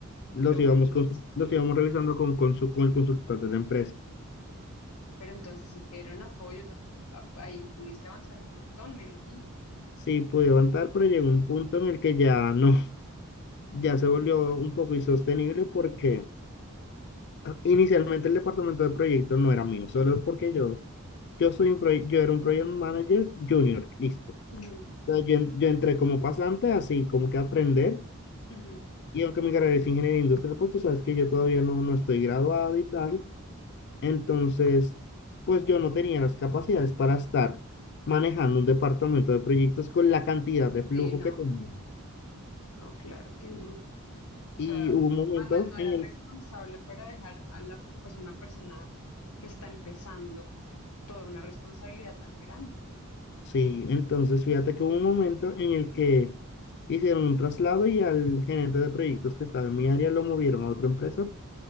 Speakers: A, on the left; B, on the left.
A: Los
B: Pero
A: íbamos,
B: buenísimo.
A: consu- los íbamos revisando con, con, su- con el consultor de la empresa.
B: Ah, Pero entonces si te dieron apoyo, o sea, tú a- ahí pudiste avanzar un montón, me imagino.
A: Sí, pude avanzar, pero llegó un punto en el que ya no, <laughs> ya se volvió un poco insostenible porque ah, inicialmente el departamento de proyecto no era mío, solo porque yo Yo soy un proye- yo era un project manager junior, listo.
B: Ujú,
A: O sea, yo, en- yo entré como pasante, así como que a aprender.
B: ujú.
A: Y aunque mi carrera es ingeniería industrial, pues tú sabes que yo todavía no, no estoy graduado y tal. Entonces, pues yo no tenía las capacidades para estar manejando un departamento de proyectos con la cantidad de flujo
B: Sí, no,
A: que tenía.
B: no, claro que no. O
A: Y
B: sea,
A: hubo un momento
B: además no
A: en
B: era
A: el,
B: responsable para dejar a la, pues una persona que está empezando toda una responsabilidad tan grande.
A: sí, entonces fíjate que hubo un momento en el que hicieron un traslado y al gerente de proyectos que estaba en mi área lo movieron a otra empresa